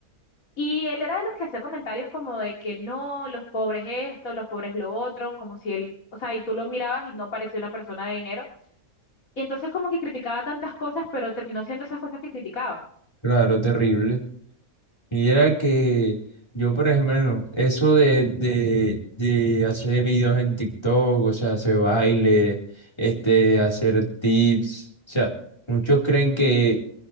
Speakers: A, on the left; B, on the left.
A: Y él era de los que hacía comentarios como de que no, los pobres esto, los pobres lo otro, como si él, o sea, y tú lo mirabas y no parecía una persona de dinero. Y entonces como que criticaba tantas cosas, pero terminó siendo esas cosas que criticaba.
B: Claro, terrible. Y era que yo, por ejemplo, eso de, de, de hacer videos en TikTok, o sea, hacer baile, este, hacer tips, o sea, muchos creen que,